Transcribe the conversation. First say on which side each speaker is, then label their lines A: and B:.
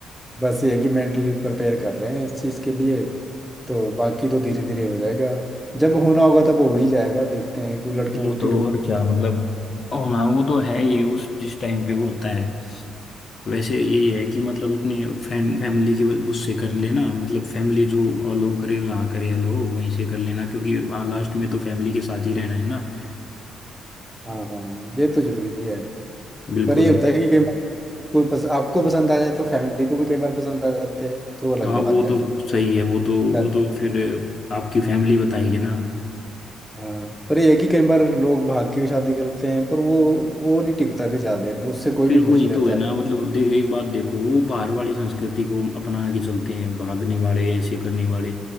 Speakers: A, in the centre; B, on the left.
A: बस ये है कि मेंटली प्रिपेयर कर रहे हैं इस चीज़ के लिए तो बाकी तो धीरे धीरे हो जाएगा जब होना होगा तब हो ही जाएगा देखते हैं कोई लड़की
B: वो
A: लुड़की
B: तो
A: ढूंढेंगे
B: और क्या मतलब और हाँ वो तो है ही उस जिस टाइम पे वो होता है वैसे यही है कि मतलब अपने फैन फैमिली की वजह- उससे कर लेना मतलब फैमिली जो अलो करे जहाँ करे अलो वहीं से कर लेना क्योंकि हाँ, लास्ट में तो फैमिली के साथ ही रहना है ना
A: हाँ ये तो जरूरी है
B: बिल्कुल
A: पर ये होता है कि कई बार कोई पस, आपको पसंद आ जाए तो फैमिली को भी कई बार पसंद आ जाते हैं तो वो अलग
B: हाँ
A: बात
B: वो
A: है
B: तो सही है वो तो वो
A: यार,
B: तो फिर आपकी फैमिली बताएगी ना
A: हाँ पर ये है कि कई बार लोग भाग के भी शादी करते हैं पर वो वो नहीं टिकता फिर ज्यादा देर उससे कोई
B: फिर
A: भी
B: वही
A: खुश नहीं
B: तो
A: रहता
B: है ना मतलब देखो एक बात देखो वो बाहर वाली संस्कृति को अपना के चलते हैं भागने वाले ऐसे करने वाले